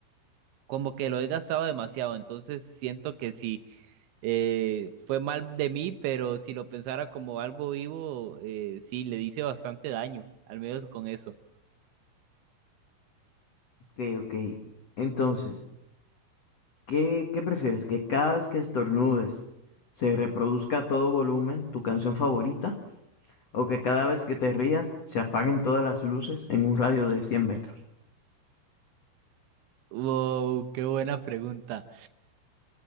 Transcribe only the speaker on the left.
Ok, ok. Entonces, ¿qué, qué prefieres? ¿Que cada vez que estornudes se reproduzca a todo volumen tu canción favorita? ¿O que cada vez que te rías se apaguen todas las luces en un radio de 100 metros?